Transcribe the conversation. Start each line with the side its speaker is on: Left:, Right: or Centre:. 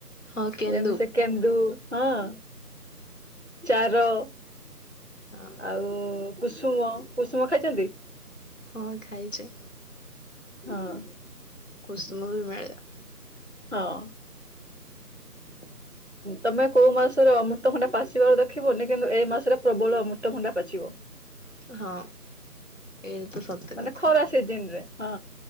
Left: ହଁ କେନ୍ଦୁ
Right: ଯେମିତି ସେ କେନ୍ଦୁ ହଁ!, ଚାର
Left: ହଁ
Right: ଆଉ କୁସୁମ, କୁସୁମ ଖାଇଛନ୍ତି?
Left: ହଁ ଖାଇଛ।
Right: ହଁ
Left: କୁସୁମ ବି ମିଳେ।
Right: ହଁ!
Left: <unintelligible>
Right: ତମେ କୋଉ ମାସରେ ଅମୃତଭଣ୍ଡା ପାଚିବାର ଦେଖିବନି, କିନ୍ତୁ ଏଇ ମାସରେ ପ୍ରବଳ ଅମୃତଭଣ୍ଡା ପାଚିବ
Left: ହଁ, ଏଇ ତ ସତ
Right: ମାନେ
Left: କଥା।
Right: ଖରା ସିଜିନ ରେ ହଁ,